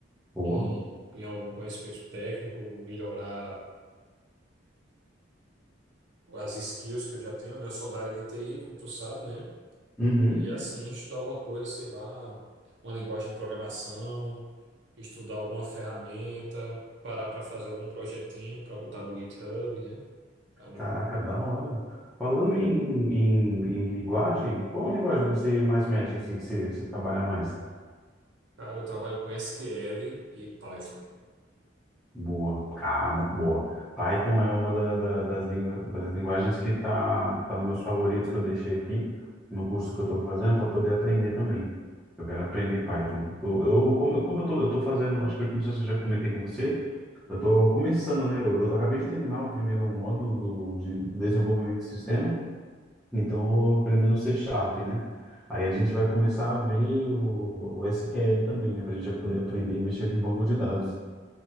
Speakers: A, in the centre; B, on the right.
A: Boa.
B: em, em algum conhecimento técnico, melhorar as skills que eu já tenho, né? Eu sou da área de TI, como tu sabe, né?
A: Uhum.
B: E assim, estudar alguma coisa, sei lá, uma linguagem de programação, estudar alguma ferramenta, parar para fazer algum projetinho para botar no GitHub, né? É Um,
A: Caraca, da hora. Falando em, em, em linguagem, qual linguagem você mais mexe, assim, que você, você trabalha mais?
B: Cara, eu trabalho com SQL e Python.
A: Boa, caramba, boa. Python é uma da- da- das, lingua- das linguagens que tá, tá nos meus favoritos que eu deixei aqui no curso que eu estou fazendo para poder aprender também. Eu quero aprender Python. Eu, eu- como, eu- como eu tô, eu tô fazendo, acho que eu- não sei se eu já comentei com você, eu tô começando, né? Eu, eu acabei de terminar o primeiro módulo do, de desenvolvimento de sistema. Então, eu aprendendo C Sharp, né? Aí a gente vai começar a ver o, o SQL também, né? para a gente já poder aprender e mexer com um banco de dados.